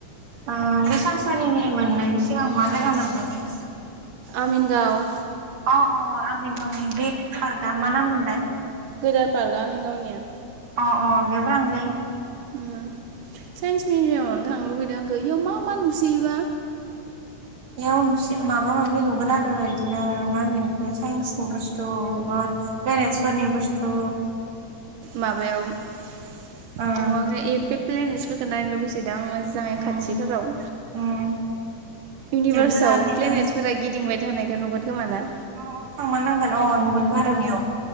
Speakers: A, on the right; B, on the right.
A: अ बे सानसारिनि मोननायनि सिगांआव मा जायगामोन बे
B: आमिनगाव
A: अ अ आमिन गावनि बे पार्कआ मा नाम मोनलाय?
B: गोदान पार्कगा आमिन गावनिया
A: अ अ बेयवबो थांजायो
B: उम साइन्स मिउजियामावनो थांनो लुबैदों आंखौ इयाव मा मा नुसोयोबा
A: बेयाव माबा माबि नुगोन आरो इदिनो मा होनगोन साइन्सनि बुस्थु बा बेनेेजफोरनि बस्थु
B: माबायाव अ
A: ओ
B: बे प्लेनजोंसो फैगोन नायनो लुगैसो दां मोजाङै
A: उम
B: खाथिथाराव
A: उम
B: इउनिभार्सआव
A: जिब जुनारनिबो
B: प्लेनेटसफोरा गिदिंबाय थानायखौ नुगोन खोमा ना?
A: अ अ थांमार नांगोन अ नुगोनथ' आरो बेयाव